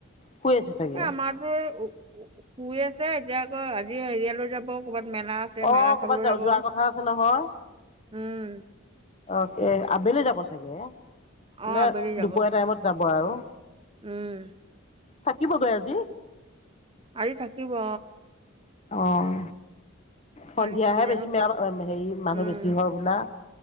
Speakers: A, on the left (about 30°); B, on the right (about 25°).
A: শুই আছে
B: এ
A: চাগে
B: আমাৰতো শুই আছে এতিয়া আকৌ আজি হেৰিয়ালৈ যাব। ক'ৰবাত মেলা আছে
A: অ
B: মেলা চাবলৈ
A: ক'ৰবাত য
B: যাব
A: যোৱাৰ কথা আছে নহয়
B: উম
A: অ আবেলি যাব? চাগে
B: অ
A: নে
B: আবেলি যাব
A: দুপৰীয়া টাইমত যাব আৰু
B: উম।
A: থাকিবগৈ আজি?
B: আৰি থাকিব।
A: আহ। সন্ধিয়াহে
B: আজি থাকি জানো
A: বেছি
B: কেত-
A: মৰা হেৰি মানুহ
B: উম
A: বেছি হয় বোলা।